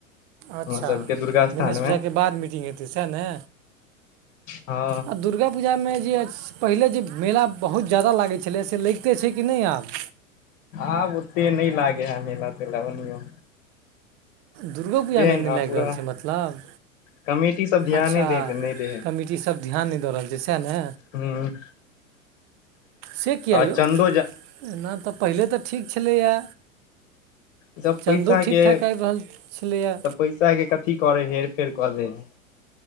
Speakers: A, on the right; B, on the left.
A: अच्छा
B: हमर सबके दुर्गा स्थान
A: गणेश
B: मे
A: जााकके बाद मीटिंग हेतै सएह ने।
B: हँ।
A: आ दुर्गा पूजामे जे अछि। पहिले जे मेला बहुत जाादा लागै छलै, से लगिते छै कि नहि आब?
B: आब ओते नई लागे है मेला -तेला ओनियौ।
A: दुगो पुजा मे
B: ने
A: नई लाइग
B: पूरा
A: रहल छै मतलब,
B: कमेटी सब ध्याने
A: अच्छा!
B: दे नहि दे है
A: मि ईी सब ध्यान नहि दऽ रहल छै, सएह ने।
B: हू।
A: से किआ
B: चन्दो
A: यौ?
B: जा
A: एना तऽ पहिले तऽ ठीक छलैया।
B: सब
A: चदो
B: पैसा
A: ठीक
B: के
A: -ठाक आबि रहल छलैए।
B: तऽ पैसा के कथी करै हइ, हेर -फेर कऽ देै हइ।